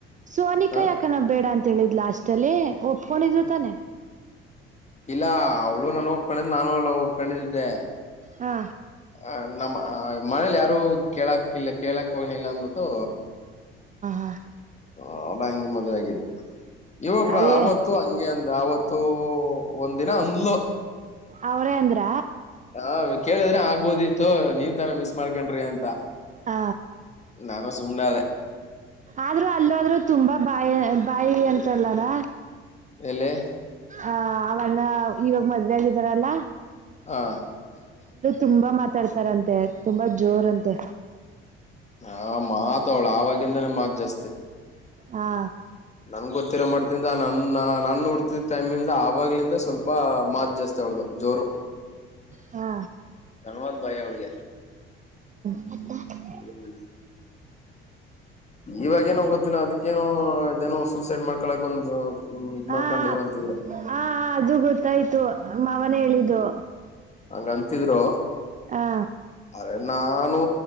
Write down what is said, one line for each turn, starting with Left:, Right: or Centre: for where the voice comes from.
Right: ಸೋನಿಕಾ
Left: ಹ
Right: ಯಾಕಾನ ಬೇಡ ಅಂತ ಅಂತ್ ಹೇಳಿದ್ ಲಾಸ್ಟ್ ಅಲ್ಲಿ ಒಪ್ಪಿಕೊಂಡಿದ್ಲು ತಾನೆ
Left: ಇಲ್ಲ ಅವಳು ನನ್ ಲವ್ ಒಪ್ಕೊಂಡಿದ್ದೆ ನಾನು ಅವಳ್ ಲವ್ ಒಪ್ಕೊಂಡಿದ್ದಿದ್ದೆ
Right: ಹಾ
Left: ಹ ನಮ್ಮ ಮನೇಲಿ ಯಾರು ಕೇಳಕ್ತಿಲ್ಲ ಕೇಳಕ್ ಕನಲ್ಲ ಮುಟ್ಟು
Right: ವಾ
Left: ಹ ಅ ಹಂಗೆ ಮದ್ವೆ ಆಗಿದ್ದ ಇವಾಗ
Right: ಅದೇ
Left: ಆತ್ತು ಹಂಗೆ ಅಂದ ಆತ್ತುೂ ಒಂದ ದಿನ ಅಂಗ್ಲ
Right: ಅವಳೇ ಅಂದ್ರ
Left: ಆ, ಕೇಳಿದ್ರೆ ಆಗ್ಬೋದಿತ್ತು ನೀವ್ ತಾನ ಮಿಸ್ ಮಾಡ್ಕೊಂಡ್ರಿ ಅಂತ
Right: ಹ
Left: ನಾನು ಸುನೆಾದೆ
Right: ಆದ್ರೂ ಅಲ್ಲಾದ್ರೂ ತುಂಬಾ ಬಾಯಿ ಬಾಯಿ ಅಂತಲ್ಲದ
Left: ಎಲೆ
Right: ಆ ಅವನ್ನ ಇವಾಗ ಮದ್ವೆೆ ಆಗಿದಾರಲ್ಲಾ
Left: ಹಾ
Right: ತುಂಬಾ ಮಾತಾಡ್ತಾರಂತೆ ತುಂಬಾ ಜೋರ ಅಂತೆ.
Left: ಹಾ ಮಾತ್ ಅವಳು ಆವಾಗಿಂದಾನೇ ಮಾತ್ ಜಾಸ್ತಿ.
Right: ಹಾ
Left: ನನ್ ಗೊತ್ತಿರ ಮಾಡ್ದ ತಾ ನನ್ನ ನನ್ನುಡ್ತ ತಮಿ ಆಾಗ್ಲಿಂದ ಸ್ವಲ್ಪ ಮಾತ್ ಜಾಸ್ತಿ ಅವಳ್ದು ಜೋರು
Right: ಹಾ
Left: ಗನ್ವತ್ ಬಾಯಿ ಅವಳಿಗೆ.
Right: ಹ
Left: ಹ್ಮ ಇವಾಗಏನೋ ಗೊತ್ತಿಲ್ಲ ಅದಕ್ಕೇನು ಇದೇನೋ ಸೂಸೈಡ್ ಮಾಡ್ಕೊಳ್ಳಕ್ ಒಂದ್ ಇದ್
Right: ಹಾ
Left: ಮಾಡ್ಕೊಂಡಿದ್ರ ಅಂತಿದ್ರ.
Right: ಹಾ ಅದು ಗೊತ್ತಾಯ್ತು ಮಾವನ ಹೇಳಿದ್ದು.
Left: ಹಾಗಂಗಂತಿದ್ರು.
Right: ಹಾ
Left: ಅ ನಾನು